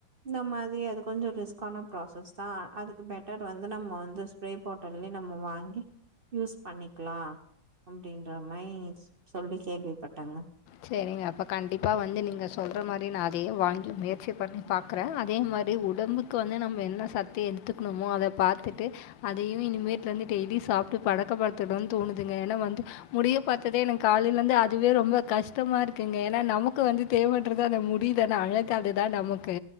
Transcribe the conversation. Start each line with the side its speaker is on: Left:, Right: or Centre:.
Right: இந்த மாதிரி அது கொஞ்சொ ரிஸ்கான ப்ராசஸ் தா அதுக்கு பெட்டர் வந்து நம்ம வந்து ஸ்ப்ரே பாட்டில்லயே நம்ம வாங்கி யூஸ் பண்ணிக்லா அப்டின்ற மாரி சொல்லி கேள்விப்பட்டேங்க
Left: செரிங்க அப்போ கண்டிப்பா வந்து நீங்க சொல்ற மாரி நா அதையே வாங்கி முயற்சி பண்ணி பாக் க்குற அதே மாரி உடம்புக்கு வந்து நம்ம என்ன சத்து எடுத்துக்ணுமோ அத பாத்துட்டு அதையு இனிமேட்லந்து டெய்லி சாப்ட்டு பலக்கப்படுத்தணுன்னு தோணுதுங்க ஏன்னா வந்து முடிய பாத்ததே எனக்கு காலையிலந்து அதுவே ரொம்ப கஷ் டமா இருக்குங்க ஏன்னா நமக்கு வந்து தேவண்றது அந்த முடிதான அழகதுதா நமக்கு